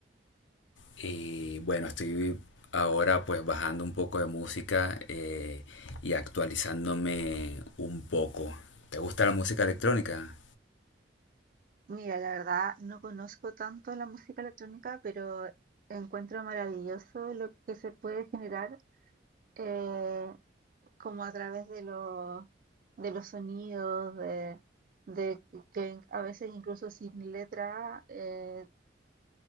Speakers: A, on the left (about 80°); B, on the right (about 45°).
A: Y bueno, estoy ahora pues bajando un poco de música eh, y actualizándome un poco. ¿Te gusta la música electrónica?
B: Mira, la verdad no conozco tanto la música electrónica, pero encuentro maravilloso lo que se puede generar eh, como a través de los, de los sonidos, de, de que a veces incluso sin letra, eh,